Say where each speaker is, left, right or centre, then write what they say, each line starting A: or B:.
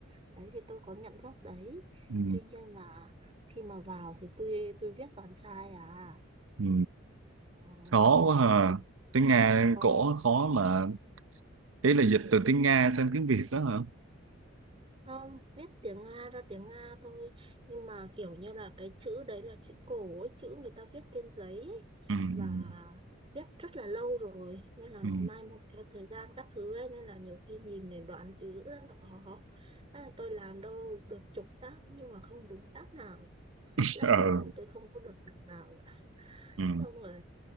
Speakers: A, on the right (about 30°); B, on the right (about 80°).
A: Đấy thì tôi có nhận job đấy.
B: ừ,
A: Tuy nhiên là khi mà vào thì tôi tôi viết toàn sai à.
B: ừ.
A: Ừ,
B: Khó quá hả?
A: tại vì
B: Tiếng Nga
A: ờ,
B: cổ khó mà. Ý là dịch
A: tại
B: từ
A: vì
B: tiếng Nga sang tiếng Việt đó hả?
A: không viết tiếng Nga ra tiếng Nga thôi nhưng mà kiểu như là cái chữ đấy là chữ cổ ấy, chữ người ta viết trên giấy ấy.
B: Ừ, ừ,
A: và viết rất là lâu rồi nên là
B: ừ,
A: nó mai một theo thời gian các thứ ấy nên là nhiều khi nhìn để đoán chữ rất là khó à, tôi làm đâu được chục tác nhưng mà không đúng tác nào Thế
B: <laughs>
A: là
B: Ờ,
A: cuối cùng tôi không có được phần nào cả
B: ừ,
A: xong rồi